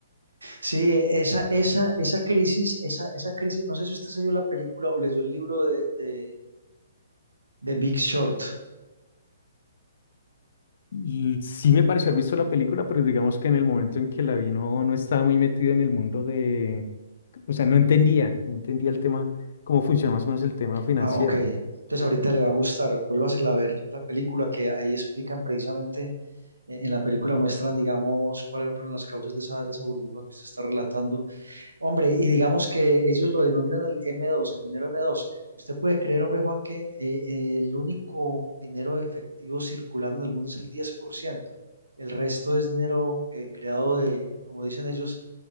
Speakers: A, on the right (about 80°); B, on the left (about 55°).
A: Sí, e, esa, esa, esa crisis, esa, esa crisis, no sé si usted se vio la película o leyó el libro de, de, de Big Short.
B: L- Sí me pareció haber visto la película, pero digamos que en el momento en que la vi no, no estaba muy metida en el mundo de, o sea, no entendía, no entendía el tema, cómo funciona más o menos el tema financiero.
A: Ah, ok. Entonces ahorita le va a gustar. Vuélvasela a ver la película que ahí explican precisamente, eh, en la película muestran, digamos, cuáles fueron las causas de esa, de esa burbuja que usted está relatando Hombre, y digamos que ellos lo denominan el M2, el dinero M2. Usted puede creer, hombre Juan, que eh, eh, el único dinero efectivo circulando en el mundo es el 10%. El resto es dinero eh, creado de, como dicen ellos,